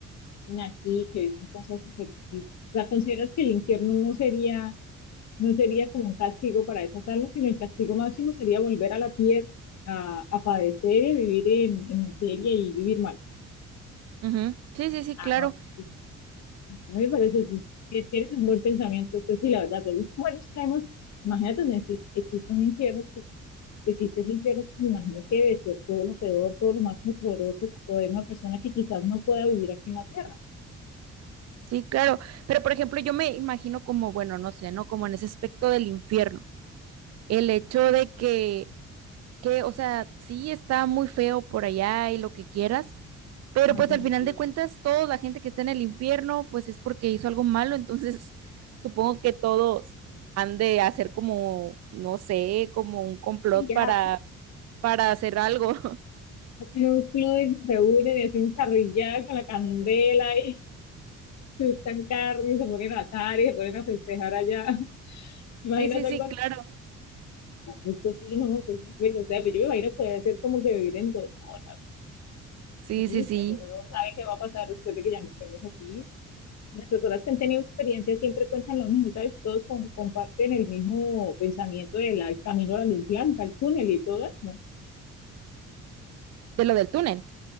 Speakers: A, on the left; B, on the right.
A: aquí, que viven cosas súper... O sea, ¿consideras que el infierno no sería, no sería como un castigo para esas almas, sino el castigo máximo sería volver a la tierra a, a padecer y a vivir en, en miseria y vivir mal?
B: Ujú. Sí, sí, sí,
A: Ah,
B: claro,
A: no, pues, a me parece que tienes un buen pensamiento, pues sí, la verdad, entonces, bueno, sabemos, imagínate, existe, existe un infierno, pues que existe ese infierno, pues me imagino que debe ser todo lo peor, todo lo más horroroso, poder una persona que quizás no pueda vivir aquí en la tierra.
B: sí, claro. Pero por ejemplo, yo me imagino como, bueno, no sé, ¿no? Como en ese aspecto del infierno, el hecho de que, que, o sea, sí está muy feo por allá y lo que quieras Pero
A: Más
B: pues
A: bien,
B: al final de cuentas, toda la gente que está en el infierno, pues es porque hizo algo malo, entonces <laughs> supongo que todos han de hacer como, no sé, como un complot
A: y ya
B: para, para hacer algo. <laughs>
A: en un club y se reúnen y hacen charrillada con la candela y <laughs> se gustan carne y se ponen a asar y se ponen a festejar allá. <laughs> Imagínate
B: Sí, sí, sí,
A: algo así.
B: claro.
A: No, Pues, pues sí, no, pues, pues no sé, pero yo me imagino que debe ser como que vivir en dolor. algo.
B: Sí,
A: Es un
B: sí,
A: misterio,
B: sí.
A: uno no sabe qué va a pasar después de que ya no estemos aquí. Las personas que han tenido experiencias siempre cuentan lo mismo, ¿sabes? Todos com- comparten el mismo pensamiento del al camino a la luz blanca, al túnel y todo eso.
B: De lo del túnel.